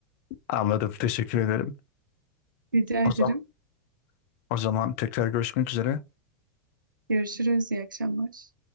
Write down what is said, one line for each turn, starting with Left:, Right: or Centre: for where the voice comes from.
Left: Anladım. Teşekkür ederim.
Right: Rica
Left: O
Right: ederim.
Left: zaman, o zaman tekrar görüşmek üzere.
Right: Görüşürüz. İyi akşamlar.